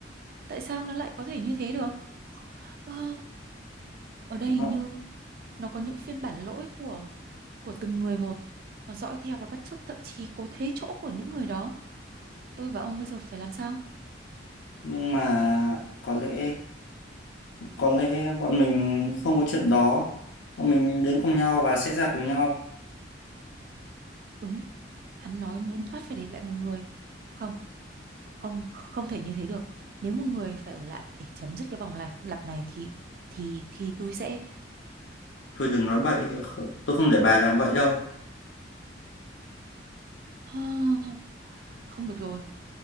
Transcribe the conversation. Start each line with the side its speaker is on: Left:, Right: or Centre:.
Right: tại sao nó lại có thể như thế được Ờ, ở đây
Left: Nó,
Right: hình như nó có những phiên bản lỗi của của từng người một nó dõi theo và bắt chước thậm chí cố thế chỗ của những người đó tôi và ông bây giờ phải làm sao
Left: nhưng mà có lẽ có lẽ bọn mình không có chuyện đó. Bọn mình đến cùng nhau và sẽ ra cùng nhau.
Right: đúng hắn nói muốn thoát phải để lại một người không không không thể như thế được nếu một người phải ở lại để chấm dứt cái vòng lặp lặp này thì thì thì tôi sẽ
Left: Thôi đừng nói bậy, kh- tôi không để bà làm vậy đâu.
Right: Ha, không được rồi